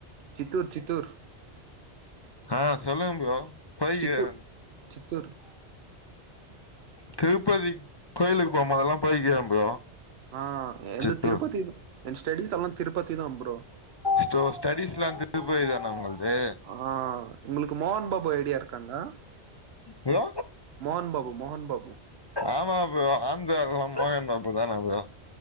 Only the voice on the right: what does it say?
சித்தூர் சித்தூர்
சித்தூர் சித்தூர்
ஆ எந்த
திருப்பதி என் ஸ்டேடிஸ் எல்லா திருப்பதி தா ப்ரோ
ஆ உங்களுக்கு மோகன் பாபு ஐடியா இருக் தங்க
மோகன் பாபு மோஹன் பாபு